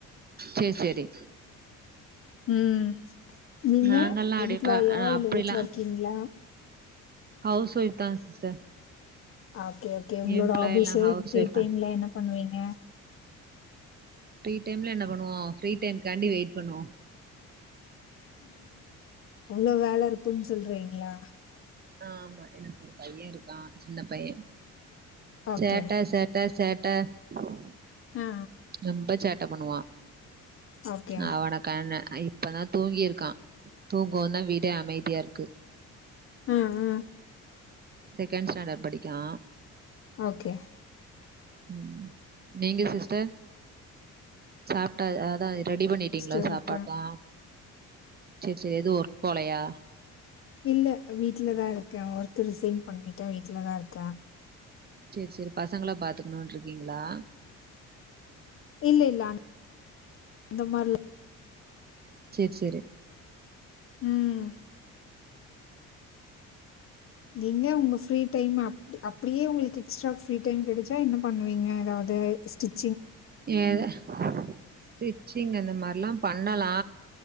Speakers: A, on the right (about 25°); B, on the left (about 40°).
A: செரி செரி
B: ம் நீங்க
A: நாங்கல்லா அப்டிப்பா
B: எம்ப்ளாயா
A: அ
B: இல்ல
A: அப்டிலா
B: வீட்ல இருக்கீங்ளா
A: ஹவுஸ் வைஃப் தா சிஸ்டர்
B: அ ஓகே ஓகே உங்களோட
A: எம்ப்ளாய்
B: ஹாபீஸ்ஸு
A: எல்லா ஹவுஸ்
B: ஃப்ரீ
A: ஒய்ஃப்
B: டைம்ல
A: தா
B: என்ன பண்ணுவீங்க
A: ஃப்ரீ டைம்ல என்ன பண்ணுவோ ஃப்ரீ டைம்க்காண்டி வெயிட் பண்ணுவோ
B: அவ்ளோ வேல இருக்குன்னு சொல்றீங்ளா
A: ஆமா இருக்கு ஒரு பைய இருக்கா சின்ன பைய
B: ஓகே
A: சேட்ட சேட்ட சேட்ட அ
B: ஆ
A: ரொம்ப சேட்ட பண்ணுவா
B: ஓகே
A: அவன கண்னு இப்பதா தூங்கியிருக்கா தூங்கவு தா வீடே அமைதியா இருக்கு
B: அ அ
A: செகண்டு ஸ்டேண்டட் படிக்கிறா
B: ஓகே
A: ம் நீங்க சிஸ்டர் சாப்ட்டா அதா ரெடி பண்ணிட்டீங்ளா
B: சிஸ்டர்
A: சாப்பாடுலா
B: இருக்கு
A: செரி செரி எது ஒர்க் போலையா
B: இல்ல வீட்டுலதா இருக்க ஒர்க் ரிசைன் பண்ணிட்ட வீட்டு்லதா இருக்கே
A: சேர் சேரி பசங்கள பாத்துக்கணுனு இருக்கீங்ளா
B: இல்ல இல்ல அந்த அந்த மாரிலா
A: சேர் சேரி
B: ம் நீங்க உங்க ஃப்ரீ டைமு அப்டியே உங்ளுக்கு எக்ஸ்ட்ரா ஃப்ரீ டைம் கெடச்சா என்ன பண்ணுவீங்க எதாவ்து து ஸ்டிச்
A: ஏது ஸ்டிச்சிங் அந்த மாரிலா பண்ணலா